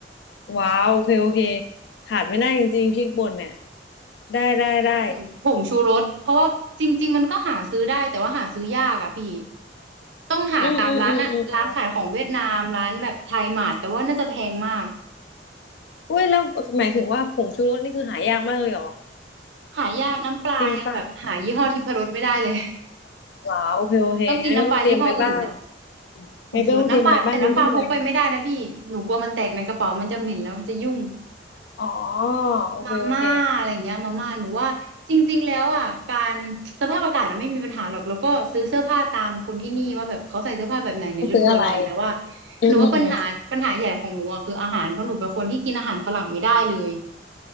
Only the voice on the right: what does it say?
พริกป่นผงชูรสเพราะว่าจริงๆมันก็หาซื้อได้แต่ว่าหาซื้อยากอะพี่ต้องหาตามร้านอะร้านขายของเวียดนามร้านแบบไทยหมาดแต่ว่าน่าจะแพงมาก
หายากน้ำปลายังแบบหายี่ห้อทิพรสไม่ได้เลย
<laughs> ต้องกินน้ำปลายี่ห้ออื่นอะผงชูรสน้ำปลาแต่น้ำปลาพกไปไม่ได้นะพี่หนูกลัวมันแตกในกระเป๋ามันจะเหม็นแล้วมันจะยุ่ง
มาม่าอะไรเงี้ยมาม่าหนูว่าจริงๆแล้วอ่ะการสภาพอากาศอะไม่มีปัญหาหรอกแล้วก็ซื้อเสื้อผ้าตามคนที่นี่ว่าแบบเขาใส่เสื้อผ้าแบบไหนในฤดูอะไรแต่ว่า
หนูว่าปัญหาปัญหาใหญ่ของหนูอ่ะคืออาหารเพราะหนูเป็นคนที่กินอาหารฝรั่งไม่ได้เลย